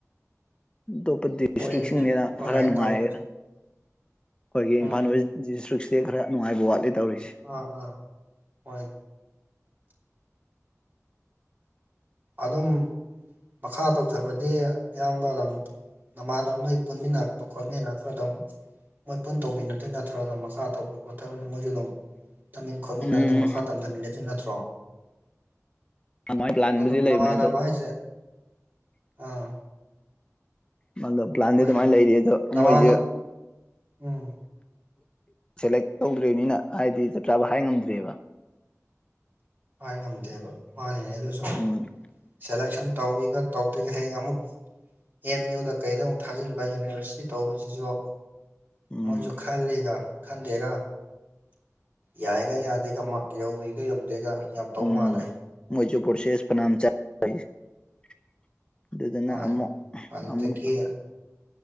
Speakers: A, on the left (about 20°); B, on the right (about 35°).
A: ꯑꯇꯣꯞꯄ ꯗꯤꯁꯇ꯭ꯔꯤꯛꯁꯤꯡꯁꯤꯅ
B: ꯍꯣꯏꯅꯦ ꯑꯣꯟꯂꯥꯏꯟ
A: ꯈꯔ ꯅꯨꯡꯉꯥꯏ
B: ꯇꯧꯕꯁꯦ
A: ꯑꯩꯈꯣꯏꯒꯤ
B: ꯎꯝ
A: ꯏꯝꯐꯥꯜ ꯋꯦꯁ ꯁꯇ꯭ꯔꯤꯛꯁꯤꯗ ꯈꯔ ꯅꯨꯡꯉꯥꯏꯕ ꯋꯥꯠꯂꯤ ꯇꯧꯔꯤꯁꯦ
B: ꯑꯥ ꯑꯥ ꯍꯣꯏ ꯑꯗꯨꯝ ꯃꯈꯥ ꯇꯧꯊꯕꯗꯤ ꯑꯌꯥꯝꯕ ꯑꯗꯨ ꯅꯃꯥꯟꯅꯕ ꯅꯣꯏ ꯄꯨꯟꯃꯤꯟꯅꯔꯛꯄ ꯈꯣꯠꯃꯤꯟꯅꯔꯛꯄ ꯑꯗꯨꯝ ꯃꯣꯏ ꯄꯨꯟ ꯇꯧꯃꯤꯟꯅꯗꯣꯏ ꯅꯠꯇ꯭ꯔꯣ ꯑꯗꯨꯝ ꯃꯈꯥ ꯇꯧꯕ ꯈꯣꯠꯇꯕꯗꯤ ꯃꯣꯏꯁꯨ ꯑꯗꯨꯝ ꯇꯝꯃꯤꯟ ꯈꯣꯠꯃꯤꯟꯅꯔ
A: ꯎꯝ
B: ꯑꯗꯨꯝ ꯃꯈꯥ ꯇꯝꯊꯃꯤꯟꯅꯗꯨ ꯅꯠꯇ꯭ꯔꯣ
A: ꯑꯗꯨꯃꯥꯏꯅ ꯄ꯭ꯂꯥꯟꯕꯨꯗꯤ
B: ꯑꯗꯨꯝ
A: ꯂꯩꯕꯅꯦ
B: ꯅꯃꯥꯟꯅꯕ
A: ꯑꯗꯣ
B: ꯍꯥꯏꯁꯦ ꯑꯥ
A: ꯃꯗ ꯄ꯭ꯂꯥꯟꯗꯤ
B: ꯍꯣꯏ
A: ꯑꯗꯨꯃꯥꯏꯅ ꯂꯩꯔꯤ ꯑꯗꯣ
B: ꯅꯃꯥꯟꯅ
A: ꯃꯣꯏꯁꯨꯦ
B: ꯎꯝ
A: ꯁꯦꯂꯦꯛ ꯇꯧꯗ꯭ꯔꯔꯤꯕꯅꯤꯅ ꯍꯥꯏꯗꯤ ꯆꯞ ꯆꯥꯕ ꯍꯥꯏ ꯉꯝꯗ꯭ꯔꯦꯕ
B: ꯍꯥꯏ ꯉꯝꯗꯦꯕ ꯋꯔꯤꯉꯩꯗꯨꯗꯁꯨ
A: ꯎꯝ
B: ꯁꯦꯂꯦꯛꯁꯟ ꯇꯧꯋꯒ ꯇꯧꯗꯣꯏꯒ ꯍꯌꯦꯡ ꯑꯃꯨꯛ ꯑꯦꯝ ꯌꯨꯗ ꯀꯩꯗ ꯑꯃꯨꯛ ꯊꯥꯖꯤꯟꯕ ꯌꯨꯅꯤꯚꯔꯁꯤꯇꯤ ꯇꯧꯕꯁꯤꯁꯨ
A: ꯎꯝ
B: ꯃꯣꯏꯖꯨ ꯈꯜꯂꯤꯗ ꯈꯟꯗꯦꯒ ꯌꯥꯏꯒ ꯌꯥꯗꯦꯒ ꯃꯥꯛ ꯌꯧꯏꯒ ꯌꯧꯗꯦꯒ ꯌꯥꯝ ꯇꯧ
A: ꯎꯝ
B: ꯃꯥꯜꯂꯦ
A: ꯃꫭꯏꯖꯨ ꯄꫭꯔꯁꯤꯁ ꯐꯅꯥꯝ ꯆ <unintelligible> ꯑꯗꯨꯗꯨꯅ
B: ꯍꯣꯏ
A: ꯑꯃꯨꯛ
B: ꯑꯗꯨꯗꯒꯤ
A: ꯑꯃꯨꯛ